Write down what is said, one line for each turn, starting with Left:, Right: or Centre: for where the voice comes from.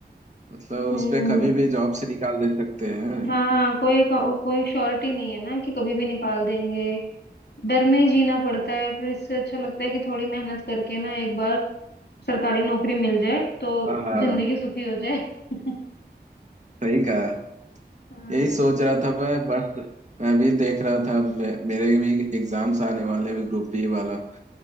Right: मतलब
Left: हम्म
Right: उस पे कभी भी जॉब से निकाल दे सकते हैं
Left: हाँ कोई का- कोई श्योरिटी नहीं है ना कि कभी भी निकाल देंगे डर में ही जीना पड़ता है फिर इससे अच्छा लगता है कि थोड़ी मेहनत करके ना एक बार सरकारी नौकरी मिल जाए तो
Right: हाँ हाँ
Left: जिंदगी सुखी हो जाए <laughs>
Right: सही कहा
Left: हाँ
Right: यही सोच रहा था मैं बस मैं भी देख रहा था मे, मेरे भी एग्जाम्स आने वाले हैं ग्रुप बी वाला